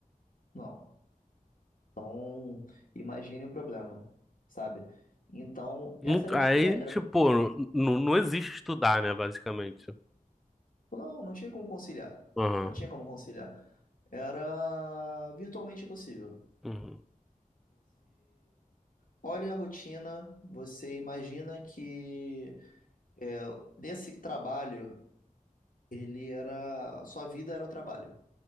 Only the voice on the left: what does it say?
Não. Então, imagine o problema, sabe? Então,
essa era
a dificuldade. Era
Não, não tinha como conciliar.
Não tinha como conciliar. Era virtualmente impossível.
Olha a rotina, você imagina que é, desse trabalho, ele era. Sua vida era o trabalho,